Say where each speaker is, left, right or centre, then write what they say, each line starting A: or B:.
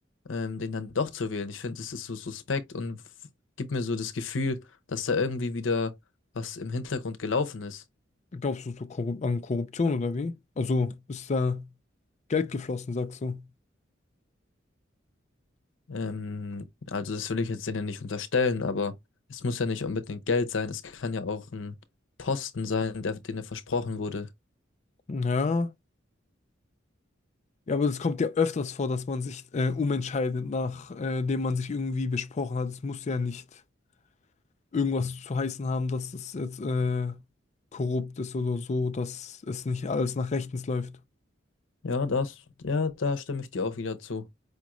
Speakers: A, on the left; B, on the left.
A: ähm, den dann doch zu wählen. Ich finde, das ist so suspekt und f- gibt mir so das Gefühl, dass da irgendwie wieder was im Hintergrund gelaufen ist.
B: Glaubst du so korrup an Korruption oder wie? Also ist da Geld geflossen, sagst du?
A: Ähm, also das will ich jetzt denen nicht unterstellen, aber es muss ja nicht unbedingt Geld sein. Es kann ja auch ein Posten sein, der denen versprochen wurde.
B: Ja. Ja, aber es kommt ja öfters vor, dass man sich äh, umentscheidet, nachdem man sich irgendwie besprochen hat. Es muss ja nicht irgendwas zu heißen haben, dass es jetzt äh, korrupt ist oder so, dass es nicht alles nach rechtens läuft.
A: Ja, das, ja, da stimme ich dir auch wieder zu,